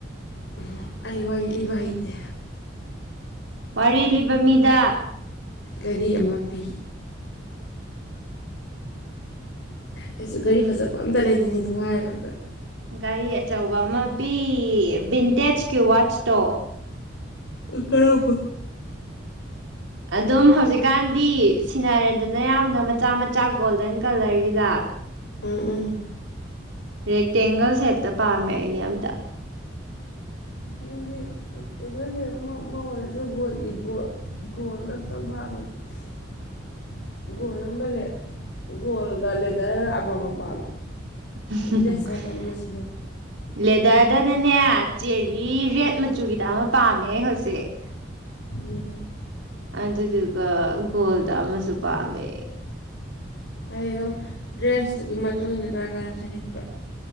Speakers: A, on the left; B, on the right.
A: ꯎꯝꯍꯝ ꯑꯩ ꯋꯥꯔꯤ ꯂꯤꯕ ꯍꯩꯇꯦ
B: ꯋꯥꯔꯤ ꯂꯤꯕ ꯃꯤꯗꯥ
A: ꯒꯔꯤ ꯑꯃ ꯄꯤ ꯑꯩꯖꯨ ꯒꯔꯤ ꯐꯖꯕ ꯑꯝꯇꯥ ꯂꯩꯅꯤꯡꯉꯦ ꯗꯨ ꯍꯥꯏꯔꯨꯔꯥꯒ
B: ꯒꯥꯔꯤ ꯑꯆꯧꯕ ꯑꯃ ꯄꯤ ꯚꯤꯟꯇꯦꯖꯀꯤ ꯋꯥꯠꯆꯇꯣ
A: ꯑꯥ ꯀꯔꯝꯕ
B: ꯑꯗꯨꯝ ꯍꯧꯖꯤꯛꯀꯥꯟꯗꯤ ꯁꯤꯟꯅꯔꯦꯗꯅ ꯌꯥꯝꯅ ꯃꯆꯥ ꯃꯆꯥ ꯒꯣꯜꯗꯟ ꯀ꯭ꯂꯔꯒꯤꯗꯥ
A: ꯎꯝ ꯎꯝ
B: ꯔꯦꯛꯇꯦꯡꯒꯜ ꯁꯦꯞꯇꯥ ꯄꯥꯝꯃꯦ ꯑꯩꯗꯤ ꯑꯝꯇꯥ
A: ꯅꯪꯗꯤ ꯔꯦꯛꯇꯦꯡꯒꯜ ꯁꯦꯞ ꯑꯃ ꯑꯃ ꯑꯣꯏꯔꯁꯨ ꯒꯣꯜ ꯏꯒꯣꯜ ꯒꯣꯜ ꯑꯝꯇꯪ ꯄꯥꯝꯃꯦ <inaudible> ꯒꯣꯜ ꯑꯝꯒ ꯂꯦ ꯒꯣꯜꯒꯥ ꯂꯦꯗꯔꯒꯥ ꯑꯃꯃꯥꯝ ꯄꯥꯝꯃꯦ
B: <unintelligible>
A: ꯗ꯭ꯔꯦꯁ ꯍꯥꯏꯔ ꯀꯥꯟꯗ ꯑꯃ ꯁꯤꯖꯤꯟꯅꯕ
B: ꯂꯦꯗꯔꯗꯥꯅꯅꯦ ꯆꯦꯔꯤ ꯔꯦꯠ ꯃꯆꯨꯒꯤꯗꯥ ꯑꯃ ꯄꯥꯝꯃꯦ ꯍꯧꯖꯤꯛ
A: ꯎꯝ
B: ꯑꯗꯨꯗꯨꯒꯥ ꯒꯣꯜꯗ ꯑꯃꯁꯨ ꯄꯥꯝꯃꯦ
A: ꯑꯩ ꯑꯗꯨꯝ ꯗ꯭ꯔꯦꯁꯇꯨꯒꯤ ꯃꯇꯨꯡ ꯏꯟꯅ ꯆꯥꯟꯅ ꯆꯥꯟꯅꯕ ꯁꯦꯠꯅꯤꯡꯗ꯭ꯔꯣ